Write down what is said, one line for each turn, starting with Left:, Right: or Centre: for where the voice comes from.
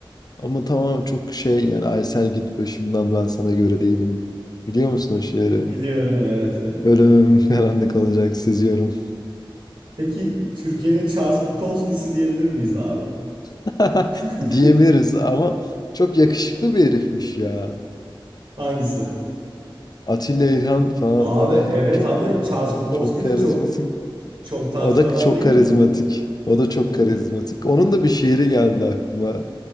Left: Ama tamam çok şey yani Aysel git başımdan ben sana göre değilim. Biliyor musun o şiiri?
Right: Biliyorum evet elbette.
Left: Ölümüm <laughs> karanlık olacak seziyorum.
Right: Peki Türkiye'nin Charles Bukowski'si diyebilir miyiz abi?
Left: <laughs>
Right: <laughs>
Left: Diyebiliriz ama çok yakışıklı bir herifmiş ya.
Right: Hangisi?
Left: Atilla İlhan falan
Right: Abi
Left: böyle
Right: evet
Left: çok
Right: ama Charles Bukowski
Left: çok karizması.
Right: de çok çok tarz
Left: O da
Right: bir adam
Left: çok
Right: değil
Left: karizmatik.
Right: mi? ya?
Left: O da çok
Right: Evet.
Left: karizmatik. Onun da bir şiiri geldi aklıma.